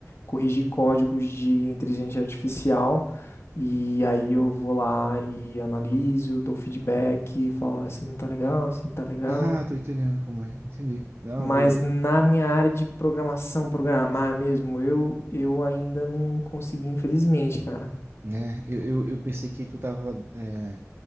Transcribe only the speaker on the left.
corrigir códigos de inteligência artificial, e aí eu vou lá e analiso, dou feedback, falo "Ah, assim não tá legal, assim não tá legal.
Mas
na minha área de programação, programar mesmo, eu, eu ainda não consegui, infelizmente, cara.